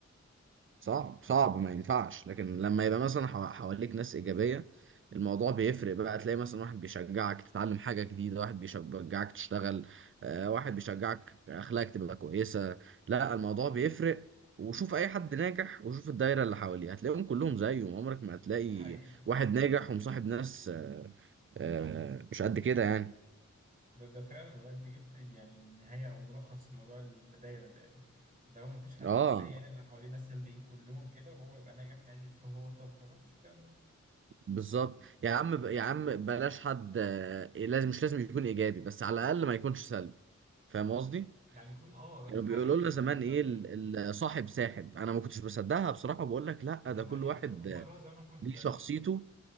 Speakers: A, on the right (about 45°); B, on the right (about 30°).
A: صعب صعب ما ينفعش لكن لما يبقى مثلا حوا- حواليك ناس إيجابية الموضوع بيفرق بقى تلاقي مثلا واحد بيشجعك تتعلم حاجة جديدة واحد بيشجعك تشتغل آه، واحد بيشجعك أخلاقك تبقى كويسة لا الموضوع بيفرق وشوف أي حد ناجح وشوف الدايرة اللي حواليه هتلاقيهم كلهم زيه عمرك ما هتلاقي
B: ده حقيقي
A: واحد ناجح ومصاحب ناس آه، آه، مش قد كده يعني
B: ده ده فعلا والله انت جبت ال- يعني النهايه او الملخص في موضوع الدايره ده يعني لو ما فيش حد
A: اه
B: هتلاقيه يعني اللي حواليه ناس سلبيين كلهم كده وهو يبقى ناجح يعني طب هو الطفره لا مفيش الكلام ده
A: بالظبط يا عم ب... يا عم بلاش حد آه، إيه، لازم مش لازم يكون ايجابي بس على الاقل ما يكونش سلبي فاهم قصدي
B: يعني يكون اه
A: كانوا
B: محايد
A: بيقولوا لنا
B: يعني
A: زمان
B: ولا كده
A: ايه
B: ولا
A: ال-
B: كده
A: ال- صاحب ساحب انا ما كنتش بصدقها بصراحه بقول لك لا
B: ده
A: ده
B: حقيقي
A: كل واحد
B: اه هم
A: آه،
B: قالوها زمان واحنا ما صدقناش
A: ليه شخصيته